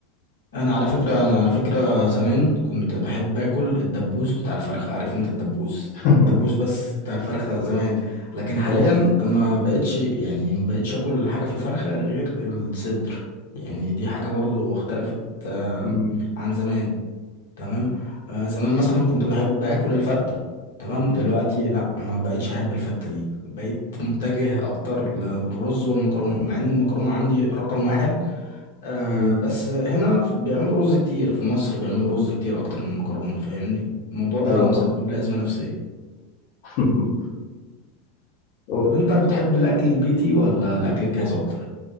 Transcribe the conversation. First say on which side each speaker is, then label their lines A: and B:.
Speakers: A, on the left (about 70°); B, on the left (about 55°).
A: انا على فكره انا على فكره زمان كنت بحب اكل الدبوس بتاع الفرخه عارف انت الدبوس
B: <laughs>
A: الدبوس بس بتاع الفرخه زمان لكن حاليا
B: آه.
A: ما بقتش يعني ما بقتش اكل حاجه في الفرخه غير الصدر يعني دي حاجه برضو اختلفت آه،
B: م-
A: عن زمان تمام آه، زمان مثلا كنت بحب اكل الفته تمام دلوقتي لا ما بقتش احب الفته دي بقيت متجه اكتر للرز والمكرونه مع ان المكرونه عندي رقم واحد آه
B: م-
A: بس هنا بيعملوا رز كتير في مصر بيعملوا رز كتير اكتر من المكرونه فاهمني الموضوع ده
B: أيوه
A: مسبب
B: طبعا
A: لي ازمه نفسيه
B: <laughs> أو-
A: طب انت بتحب الاكل البيتي ولا الاكل الجاهز اكتر